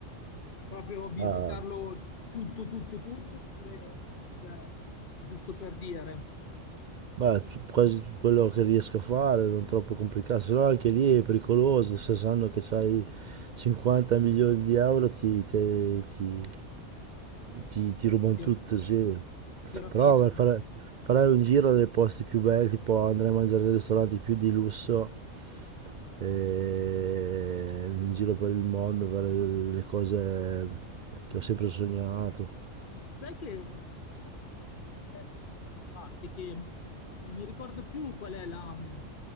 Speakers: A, on the left; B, on the right.
A: Proprio visitarlo
B: Ah.
A: tutto, tutto, tutto, oppure, cioè, giusto per dire,
B: Beh, t- quasi tutto quello che riesco a fare, non troppo complicato, se no anche lì è pericoloso, se sanno che hai 50 milioni di euro ti, ti, ti- ti- ti rubano
A: ti,
B: tutto,
A: rap-
B: sì.
A: ti rapiscono.
B: Però vai a fare- farai un giro dei posti più belli, tipo andrai a mangiare nei ristoranti più di lusso, e in giro per il mondo, fare le cose che ho sempre sognato.
A: Sai che mi sembra di aver visto, letto da qualche parte che non mi ricordo più qual è la, mm,